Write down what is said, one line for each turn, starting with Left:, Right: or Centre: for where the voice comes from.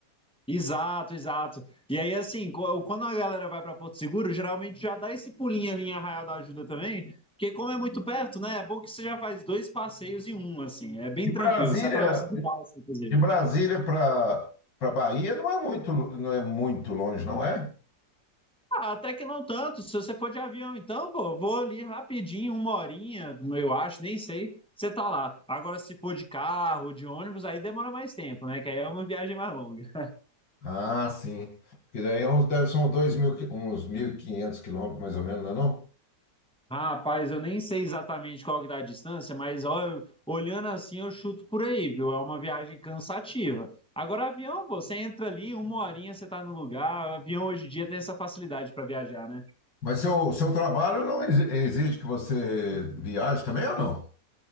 Centre: Exato, exato. E aí, assim, co- quando a galera vai para Porto Seguro, geralmente já dá esse pulinho ali em Arraial da Ajuda também, porque como é muito perto, né? É bom que você já faz dois passeios em um, assim, é bem
Left: De Brasília,
Centre: tranquilo. Você atravessa de balsa, inclusive.
Left: de Brasília para para Bahia não é muito, não é muito longe, não é?
Centre: Ah, até que não tanto. Se você for de avião, então, pô, vou ali rapidinho, uma horinha, eu acho, nem sei. Você tá lá. Agora, se for de carro, de ônibus, aí demora mais tempo, né? Que aí é uma viagem mais longa.
Left: Ah, sim. Porque daí é uns, deve ser uns dois mil, qui- uns 1.500 quilômetros, mais ou menos, não é não?
Centre: Ah, Rapaz, eu nem sei exatamente qual que dá a distância, mas ó, olhando assim eu chuto por aí, viu? É uma viagem cansativa. Agora, avião, pô, você entra ali, uma horinha você tá no lugar. Avião hoje em dia tem essa facilidade para viajar, né?
Left: Mas seu, seu trabalho não exi- exige que você viaje também ou não?